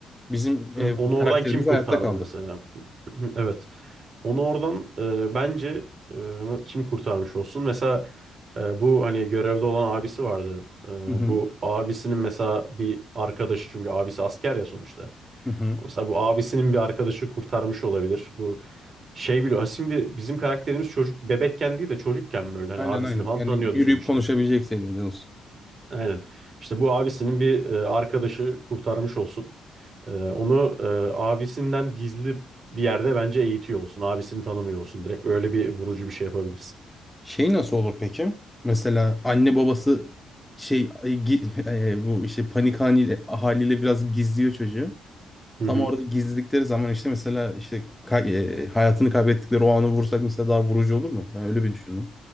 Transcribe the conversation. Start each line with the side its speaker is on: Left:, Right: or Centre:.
Centre: bizim
Right: Hı,
Centre: e,
Right: Onu
Centre: bu karakterimiz
Right: oradan kim kurtardı
Centre: hayatta kaldı.
Right: mesela? <clears throat> Evet. Onu oradan e, bence e, kim kurtarmış olsun? Mesela e, bu hani görevde olan abisi vardı. E,
Centre: Hı hı,
Right: bu abisinin mesela bir arkadaşı çünkü abisi asker ya sonuçta.
Centre: hı hı.
Right: Mesela bu abisinin bir arkadaşı kurtarmış olabilir. Bu şey biliyor. <laughs> Şimdi bizim karakterimiz çocuk bebekken değil de çocukken böyle hani
Centre: Aynen
Right: abisini
Centre: aynen.
Right: falan
Centre: Yani
Right: tanıyordu
Centre: yürüyüp
Right: sonuçta.
Centre: konuşabilecek seviyede olsun.
Right: Aynen. İşte bu abisinin bir e, arkadaşı kurtarmış olsun. E, onu e, abisinden gizli bir yerde bence eğitiyor olsun. Abisini tanımıyor olsun. Direkt öyle bir vurucu bir şey yapabiliriz.
Centre: Şey nasıl olur peki? Mesela anne babası şey e, gi- <laughs> e, bu işte panik haliyle, haliyle biraz gizliyor çocuğu.
Right: Hı
Centre: Tam
Right: hı.
Centre: orada gizledikleri zaman işte mesela işte kay- e, hayatını kaybettikleri o anı vursak mesela daha vurucu olur mu? Ben öyle bir düşündüm.